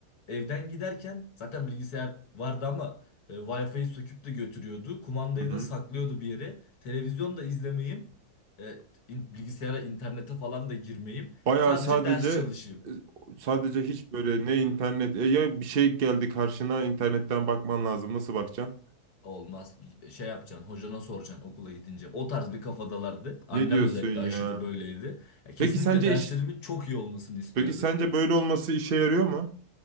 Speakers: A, on the left; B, on the right.
A: evden giderken zaten bilgisayar vardı ama e, Wi-Fi'yi söküp de götürüyordu. Kumandayı
B: Hı hı.
A: da saklıyordu bir yere. Televizyon da izlemeyeyim. E, in- bilgisayara, internete falan da girmeyeyim.
B: Bayağı
A: Sadece
B: sadece
A: ders çalışayım.
B: sadece hiç böyle ne internet e ya bir şey geldi karşına internetten bakman lazım. Nasıl bakacaksın?
A: Olmaz. Şey yapacaksın, hocana soracaksın okula gidince. O tarz bir kafadalardı. Annem
B: Ne diyorsun
A: özellikle
B: ya?
A: aşırı böyleydi. Ya, kesinlikle
B: Peki sence
A: derslerimin
B: iş
A: çok iyi olmasını istiyordu.
B: Peki sence böyle olması işe yarıyor mu?